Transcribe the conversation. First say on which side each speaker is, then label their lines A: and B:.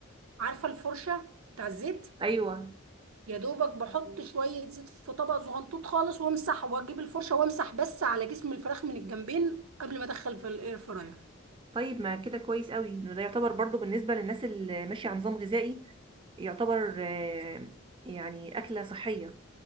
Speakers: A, on the right; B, on the right.
A: عارفه الفرشه بتاع الزيت
B: ايوه
A: يا دوبك بحط شوية زيت في طبق صغنطوط خالص وامسح واجيب الفرشة وامسح بس على جسم الفراخ من الجنبين قبل ما ادخل في الاير فراير
B: طيب ما كده كويس قوي انه ده يعتبر برضو بالنسبه للناس اللي ماشيه على نظام غذائي يعتبر آه، يعني اكله صحيه